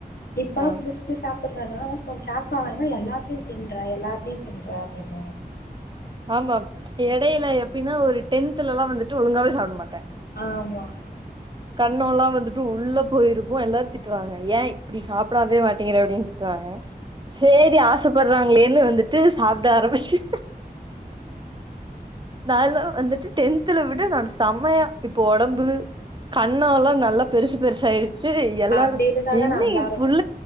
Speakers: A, on the left (about 80°); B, on the right (about 30°).
A: இப்பல்லா
B: ஆ
A: முஸ் சா சாப்பட்றான்னா அவ கொஞ் ஷாக்காவா என்னா எல்லாத்தையு தின்ற எல்லாத்தையு தின்ற அப்டினு
B: ஆமா எடையில எப்படின்னா ஒரு டென்த்துலல்லா வந்துட்டு ஒழுங்காவே சாப்ட மாட்ட
A: ஆமா
B: கண்ணோல்லா வந்துட்டு உள்ள போயிருக்கு எல்லாரு திட்டுவாங்க ஏ இப்படி சாப்படாவே மாட்டேங்கிற அப்டின்னு திட்டுவாங்க சேரி ஆச ப்படுறாங்களேன்னு வந்துட்டு சாப்ட ஆரம்பிச்ச நால்லா வந்துட்டு டென்த்துல விட நான் செமையா இப்போ ஒடம்பு கண்ணோல்லா நல்லா பெருசு பெருசா ஆயிருச்சு எல்லாரு
A: அப்டி இருந்தாதா
B: என்ன
A: நல்லா
B: எ
A: இருக்கு
B: புள்